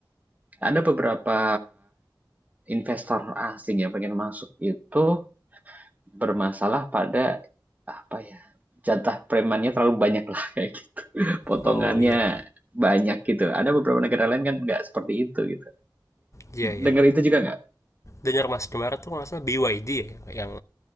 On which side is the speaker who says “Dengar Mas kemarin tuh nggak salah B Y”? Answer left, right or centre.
Left